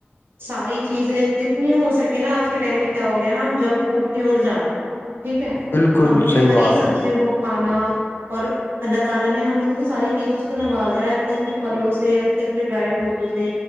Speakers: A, on the right; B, on the left.
A: ساری چیزیں جتنی ہو سکے نا آج کے ٹائم میں کیا ہو گیا ہے ہم جنک فوڈ کی اور جا رہے ہیں ٹھیک ہے
B: بالکل
A: ہم نے
B: صحیح
A: ہری
B: بات
A: سبزیوں
B: ہے
A: کو جی بھائی، بالکل صحیح کہا آپ نے ا سے نوازا ہے اچھے اچھے پھلوں سے اچھے اچھے ڈرائی فروٹوں سے